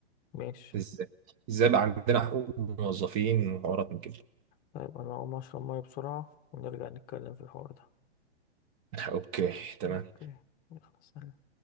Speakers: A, on the left; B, on the right.
A: ماشي
B: ازاي ازاي بقى عندنا حقوق موظفين وحوارات من كده
A: طيب أنا هقوم أشرب مية بسرعة ونرجع نتكلم في الحوار ده
B: <laughs> اوكي تمام
A: أوكي يلا سلام